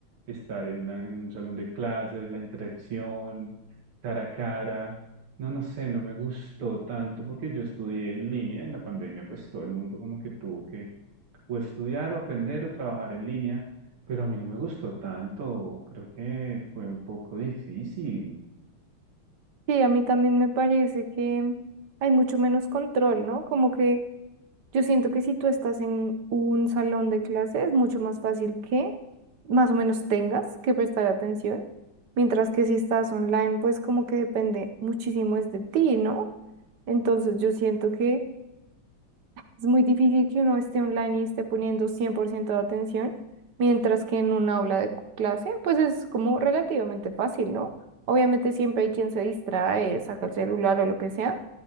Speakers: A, on the right (about 85°); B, on the right (about 60°).
A: estar en, una- en un salón de clases, la interacción, cara a cara. No, no sé, no me gustó tanto porque yo estudié en línea en la pandemia, pues todo el mundo como que tuvo que o estudiar o aprender o trabajar en línea, pero a mí no me gustó tanto, creo que fue un poco difícil.
B: Sí, a mí también me parece que hay mucho menos control, ¿no? Como que Yo siento que si tú estás en un salón de clase es mucho más fácil que más o menos tengas que prestar atención, mientras que si estás online, pues como que depende muchísimo es de ti, ¿no? Entonces yo siento que es muy difícil que uno esté online y esté poniendo 100% de atención, mientras que en un aula de cu- clase, pues es como relativamente fácil, ¿no? Obviamente siempre hay quien se distrae, saca el celular o lo que sea,